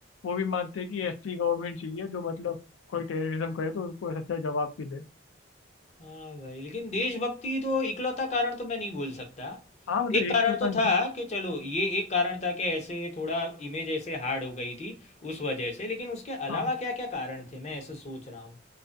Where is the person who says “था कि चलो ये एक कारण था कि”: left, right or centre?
Left